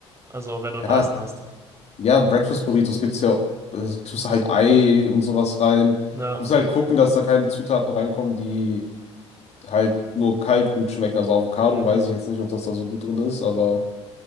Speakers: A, on the right; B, on the left.
A: Also, wenn du einen
B: Ja,
A: nicen hast.
B: ja, Breakfast Burritos gibt's ja, äh, tust halt Ei und sowas rein.
A: Ja.
B: Muss halt gucken, dass da keine Zutaten reinkommen, die halt nur kalt gut schmecken. Also Avocado
A: Mhm.
B: weiß ich jetzt nicht, ob das da so gut drin ist, aber